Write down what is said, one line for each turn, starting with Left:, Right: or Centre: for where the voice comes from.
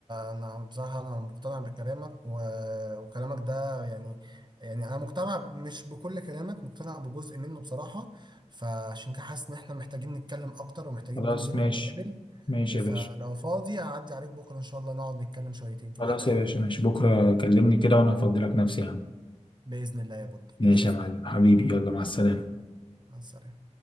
Right: انا بصراحه انا مقتنع بكلامك و... وكلامك ده يعني يعني انا مقتنع مش بكل كلامك مقتنع بجزء منه بصراحه فعشان كده حاسس ان احنا محتاجين نتكلم اكتر ومحتاجين
Left: خلاص
Right: ننزل
Left: ماشي
Right: ونتقابل
Left: ماشي
Right: فلو
Left: يا باشا
Right: فاضي هعدي عليك بكره ان شاء الله نقعد نتكلم شويتين كده
Left: خلاص
Right: حلوين
Left: يا باشا ماشي بكرة كلمني كده وأنا هفضلك نفسي يا عم
Right: باذن الله يا بود
Left: ماشي
Right: باذن
Left: يا
Right: الله
Left: معلم حبيبي يلا مع السلامة
Right: مع السلامه